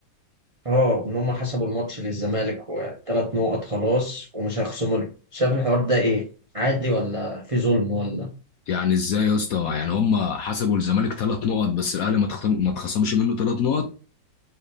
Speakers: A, on the right; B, on the left.
A: اه ان هم حسبوا الماتش للزمالك وثلاث نقط خلاص ومش هيخصموا له شايف الحوار ده ايه عادي ولا في ظلم ولا
B: يعني ازاي يا اسطى يعني هم حسبوا الزمالك ثلاث نقط بس الاهلي ما تخصم ما اتخصمش منه ثلاث نقط